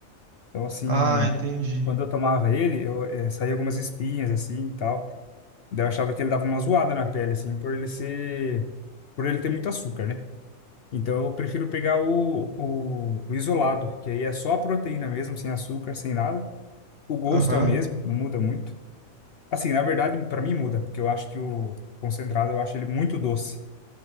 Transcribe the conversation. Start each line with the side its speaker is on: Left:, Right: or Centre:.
Left: Então assim,
Right: Ah, entendi.
Left: quando eu tomava ele, eu eh, saía algumas espinhas assim e tal. Daí eu achava que ele dava uma zoada na pele, assim, por ele ser, por ele ter muito açúcar, né? Então eu prefiro pegar o, o, o isolado, que aí é só a proteína mesmo, sem açúcar, sem nada. O gosto
Right: Aham.
Left: é o mesmo, não muda muito. Assim, na verdade, para mim muda, porque eu acho que o concentrado eu acho ele muito doce.